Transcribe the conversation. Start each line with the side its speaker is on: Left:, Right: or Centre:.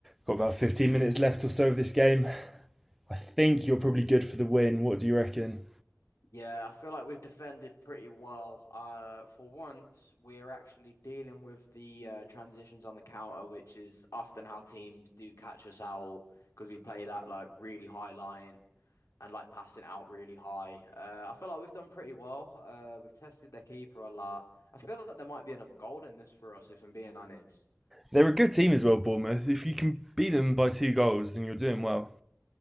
Centre: Got about 15 minutes left or so of this game. I think you're probably good for the win. What do you reckon?
Left: Yeah, I feel like we've defended pretty well. Uh, for once, we're actually dealing with the uh, transitions on the counter, which is often how teams do catch us out because we play that like really high line and like passing out really high. Uh, I feel like we've done pretty well. Uh, we've tested their keeper a lot. I feel like there might be another goal in this for us, if I'm being honest.
Centre: They're a good team as well, Bournemouth. If you can beat them by two goals, then you're doing well.